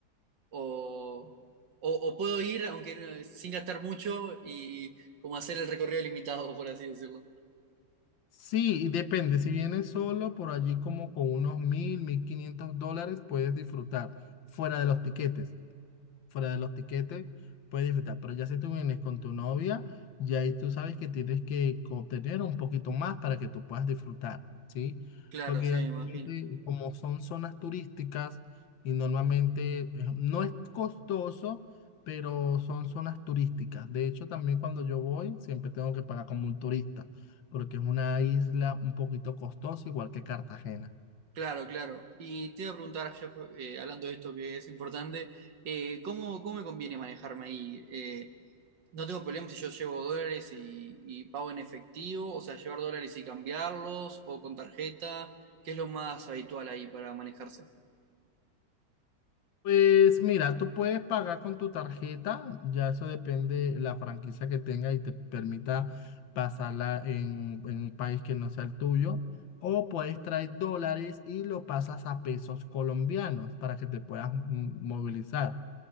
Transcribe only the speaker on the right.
o, o, o puedo ir, aunque no- sin gastar mucho y, y como hacer el recorrido limitado, por así decirlo.
Claro,
sí,
me imagino.
Claro, claro. Y te iba a preguntar, ya, eh, hablando de esto que es importante, eh, ¿cómo, cómo me conviene manejarme ahí? Eh, no tengo problema si yo llevo dólares y, y pago en efectivo, o sea, llevar dólares y cambiarlos, o con tarjeta, ¿qué es lo más habitual ahí para manejarse?